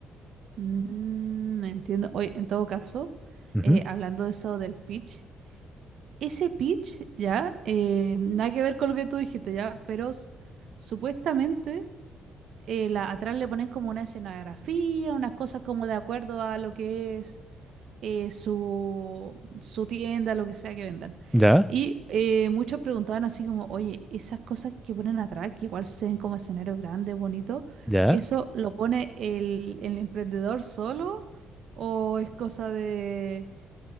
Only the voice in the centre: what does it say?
Ujú,
¿Ya?
¿Ya?